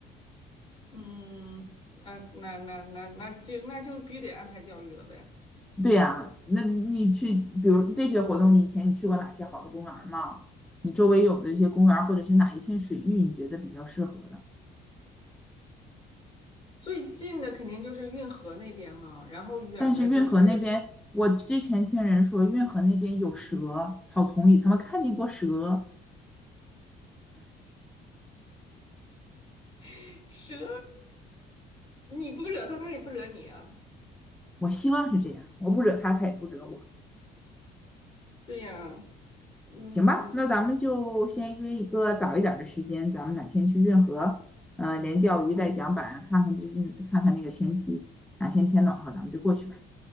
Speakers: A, on the left; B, in the centre.
A: 嗯，那那那那那就那就必须得安排钓鱼了呗。
B: 对呀，那你去，比如这些活动，你以前你去过哪些好的公园儿吗？你周围有的一些公园儿或者是哪一片水域，你觉得比较适合的？
A: 最近的肯定就是运河那边嘛，然后远的就是
B: 但是运河那边，我之前听人说运河那边有蛇，草丛里他们看见过蛇。
A: <laughs> 蛇，你不惹它，它也不惹你啊。
B: 我希望是这样，我不惹他，他也不惹我，
A: 对呀，嗯，
B: 行吧？那咱们就先约一个早一点儿的时间，咱们哪天去运河，呃，连钓鱼带桨板，看看最近，看看那个天气，哪天天暖和，咱们就过去吧，